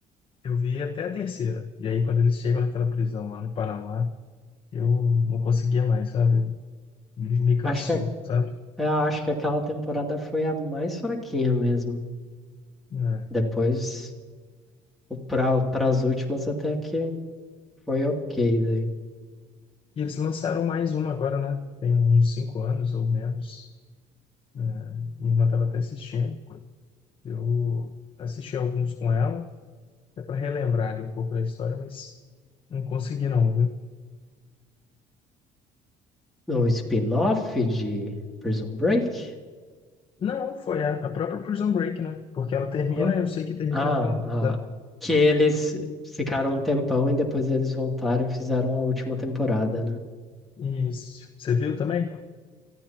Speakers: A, on the left (about 40°); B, in the centre.
A: Eu vi até a terceira, e aí quando eles chegam naquela prisão lá no Panamá, eu não conseguia mais, sabe? Eu- Me, me cansou,
B: Acho que a
A: sabe?
B: Eu acho que aquela temporada foi a mais fraquinha mesmo.
A: Né?
B: Depois, para as últimas até que foi ok daí.
A: E eles lançaram mais uma agora, né? Tem uns cinco anos ou menos. né? Minha irmã estava até assistindo. Eu assisti alguns com ela, É para relembrar ali um pouco da história, mas não consegui não, viu?
B: No spin-off de Prison Break?
A: Não, foi a, a própria Prison Break, né? Porque ela termina,
B: Ah,
A: eu sei que termina
B: ah,
A: com... da-
B: ah, que eles ficaram um tempão e depois eles voltaram e fizeram a última temporada, né?
A: Isso. Você viu também?